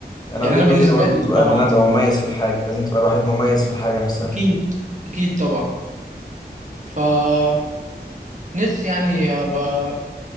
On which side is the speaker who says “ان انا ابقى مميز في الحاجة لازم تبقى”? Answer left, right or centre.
Left